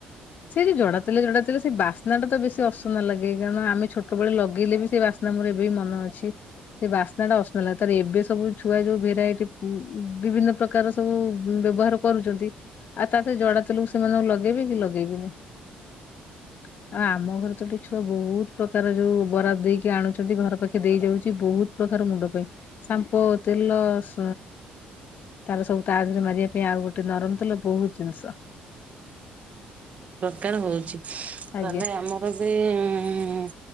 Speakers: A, on the left; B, on the right.
A: ସେ ଯଉ ଜଡା ତେଲ ଜଡା ତେଲ ସେ ବାସ୍ନା ଟା ତ ବେଶୀ ଅସନା ଲାଗେ କାରଣ ଆମେ ଛୋଟ ବେଳେ ଲଗେଇଲେ ବି ସେ ବା ନାଁ ମୋର ଏବେ ବି ମନ ଅଛି। ସେ ବାସ୍ନା ଟା ଅସନା ଲାଗେ ତାପରେ ଏବେ ସବୁ ଛୁଆ ଯୋଉ ଭେରାଇଟି ମ ବିଭିନ୍ନ ପ୍ରକାର ସବୁ ବ୍ୟବହାର କରୁଛନ୍ତି ଆଉ ତା ଜଡା ତେଲକୁ ସେମାନେ ଲଗେଇବେି କି? ଲଗେଇବେନି। <unintelligible> ଆଉ ଆମ ଘରେ ତ ଗୋଟେ ଛୁଆ ବହୁତ ପ୍ରକାର ଯୋଉ ବରାଦ ଦେଇକି ଆଣୁଛନ୍ତି ଘର ପାଖେ ଦେଇ ଯାଉଛି ବହୁତ ପ୍ରକାର ମୁଣ୍ଡ ପାଇଁ ସାମ୍ପ ତେଲ ସ ତାର ସବୁ ତା ଦେହରେ ମାରିବା ପାଇଁ ଆଉ ଗୋଟେ ନରମ ତେଲ ବହୁତ ଜିନିଷ
B: କାର ହଉଛି
A: ଆଜ୍ଞା
B: ଆମେ ଆମର ବି ଇ